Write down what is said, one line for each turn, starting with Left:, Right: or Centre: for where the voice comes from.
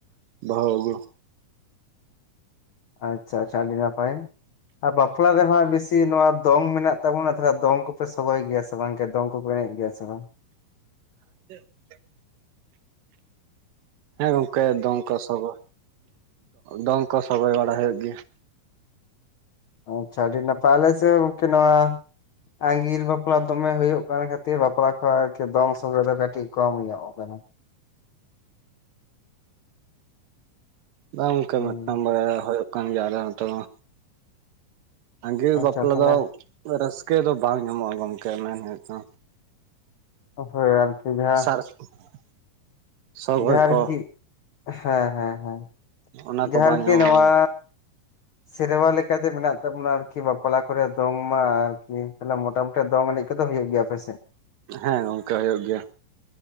Right: ᱵᱟᱹᱦᱩ ᱟᱹᱜᱩ᱾
Left: ᱟᱪᱪᱷᱟ ᱟᱪᱪᱷᱟ ᱟᱹᱰᱤ ᱱᱟᱯᱟᱭ ᱟᱨ ᱵᱟᱯᱞᱟ ᱨᱮᱦᱟᱸᱜ ᱵᱤᱥᱤ ᱱᱚᱣᱟ ᱫᱚᱝ ᱢᱮᱱᱟᱜ᱾ ᱛᱟᱵᱚᱱᱟ ᱛᱷᱚᱲᱟ ᱫᱚᱝ ᱠᱚ ᱯᱮ ᱥᱚᱜᱚᱭ ᱜᱮᱭᱟ ᱥᱮ ᱵᱟᱝ ᱠᱮ ᱫᱚᱝ ᱠᱚ ᱠᱚ ᱮᱲᱮᱡ ᱜᱮᱭᱟ ᱥᱮ ᱵᱟᱝ?
Right: <unintelligible> ᱦᱮᱸ ᱜᱚᱝᱠᱮ ᱫᱚᱝ ᱠᱚ ᱥᱚᱜᱚ ᱫᱚᱝ ᱠᱚ ᱥᱚᱜᱚᱭ ᱵᱟᱲᱟ ᱦᱩᱭᱩᱜ ᱜᱮᱭᱟ᱾
Left: ᱟᱪᱪᱷᱟ ᱟᱹᱰᱤ ᱱᱟᱯᱟᱭ ᱟᱞᱮ ᱥᱮᱫ ᱜᱚᱝᱠᱮ ᱱᱚᱣᱟ᱾ ᱟᱺᱜᱤᱨ ᱵᱟᱯᱞᱟ ᱫᱚᱢᱮ ᱦᱩᱭᱩᱜ ᱠᱟᱱ ᱠᱷᱟᱹᱛᱤᱨ ᱵᱟᱯᱞᱟ ᱠᱚ ᱟᱨᱠᱤ ᱫᱚᱝ ᱥᱚᱜᱚᱭ ᱫᱚ ᱠᱟᱹᱴᱤᱡ ᱠᱚᱢ ᱧᱚᱜ ᱠᱟᱱᱟ᱾
Right: ᱵᱟᱝ ᱜᱚᱝᱠᱮ
Left: ᱦᱩᱸ
Right: ᱢᱤᱫᱴᱟᱝ ᱵᱟᱲᱟᱭᱟ ᱦᱳᱭᱳᱜ᱾ ᱠᱟᱱ ᱜᱮᱭᱟ ᱟᱠᱮ ᱚᱱᱛᱮ ᱫᱚ, ᱟᱸᱜᱤᱨ
Left: ᱟᱪᱪᱷᱟ
Right: ᱵᱟᱯᱞᱟ
Left: ᱛᱟᱦᱚᱞᱮ
Right: ᱫᱚ᱾ ᱨᱟᱹᱥᱠᱟᱹ ᱫᱚ ᱵᱟᱝ ᱧᱟᱢᱚᱜ-ᱟ ᱜᱚᱢᱠᱮ ᱢᱮᱱ ᱦᱩᱭᱩᱜ ᱛᱚ᱾
Left: ᱦᱳᱭ ᱟᱨᱠᱤ ᱡᱟᱸᱦᱟ᱾
Right: <unintelligible> ᱥᱚᱜᱚᱭ
Left: ᱡᱟᱦᱟᱸ
Right: ᱠᱚ
Left: ᱟᱨᱠᱤ, ᱦᱮᱸ ᱦᱮᱸ ᱦᱮᱸ᱾
Right: ᱚᱱᱟ ᱠᱚ
Left: ᱡᱟᱸᱦᱟ
Right: ᱵᱟᱝ
Left: ᱟᱨ
Right: ᱧᱟᱢᱚᱜᱼᱟ
Left: ᱠᱤ ᱱᱚᱣᱟ᱾ ᱥᱮᱨᱣᱟ ᱞᱮᱠᱟᱛᱮ ᱢᱮᱱᱟᱜ ᱛᱟᱵᱚᱱᱟ ᱟᱨᱠᱤ ᱵᱟᱯᱞᱟ ᱠᱚᱨᱮ ᱫᱚᱝ ᱢᱟ ᱟᱨᱠᱤᱮ ᱢᱚᱴᱟᱢᱩᱴᱤ ᱫᱚᱝ ᱮᱱᱮᱡ᱾ ᱠᱚᱫᱚ ᱦᱩᱭᱩᱜ ᱜᱮᱭᱟ ᱟᱯᱮ ᱥᱮᱫ?
Right: ᱦᱮᱸ, ᱜᱚᱝᱠᱮ ᱦᱩᱭᱩᱜ ᱜᱮᱭᱟ᱾